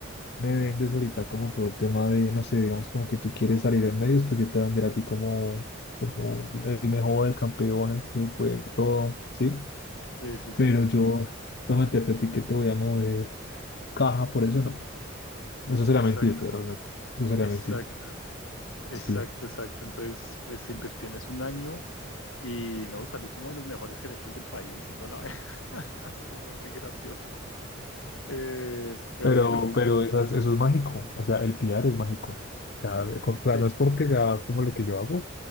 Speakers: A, on the left; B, on the left.
A: me vendes ahorita como todo el tema de, no sé, digamos como que tú quieres salir en medios, pues yo te voy a vender a ti como, como el mejor, el campeón, el que puede todo, ¿sí?
B: Sí, sí, sí,
A: Pero
B: sí,
A: yo
B: sí.
A: prometerte a ti que te voy a mover caja, por eso no. Eso sería
B: Exacto,
A: mentirte, realmente. Eso sería
B: exacto,
A: mentirte.
B: exacto,
A: Sí.
B: exacto. Entonces, pues se invirtió en eso un año y no, salí como de los mejores gerentes del país y toda la vaina. <laughs> Eso Fue muy gracioso. Eh, pero
A: Pero,
B: bueno,
A: pero esas- eso es mágico, o sea, el PR es mágico. O sea, con- o sea,
B: sí,
A: no es porque sea como lo que yo hago,